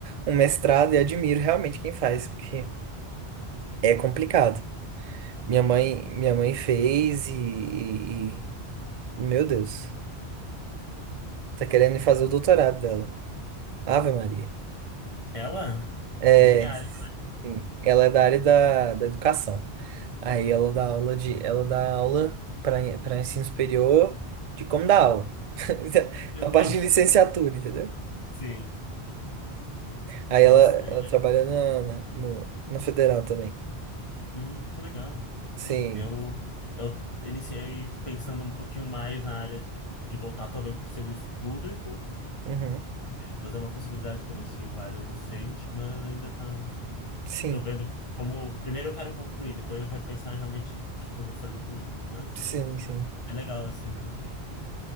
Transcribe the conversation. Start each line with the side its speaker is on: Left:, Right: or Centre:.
Right: um mestrado e admiro realmente quem faz, porque é complicado. Minha
Left: É,
Right: mãe,
Left: não, é.
Right: minha mãe fez e, e- e- meu Deus, tá querendo ir fazer o doutorado dela. Ave Maria.
Left: Ela?
Right: É,
Left: De que área?
Right: sim, ela é da área da, da educação. Aí ela dá aula de, ela dá aula para para ensino superior de como dar aula. <laughs>
Left: Meu
Right: A
Left: Deus.
Right: parte de licenciatura, entendeu?
Left: Sim.
Right: Aí
Left: Nossa,
Right: ela,
Left: é-
Right: ela trabalha na, na, no- na federal também.
Left: hum, que legal.
Right: Sim.
Left: Eu, eu iniciei pensando um pouquinho mais na área de voltar talvez para o serviço público,
Right: Uhum.
Left: mas é uma possibilidade também seguir com a área docente, mas ainda tá,
Right: Sim.
Left: tô vendo como, primeiro eu quero concluir, depois eu quero pensar realmente o que que eu vou fazer com isso. Mas
Right: Sim, sim.
Left: é legal assim, né? Tem